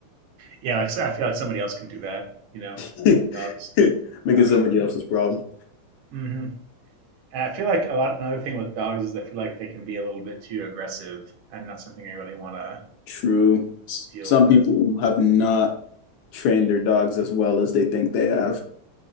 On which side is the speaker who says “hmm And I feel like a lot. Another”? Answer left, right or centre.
Right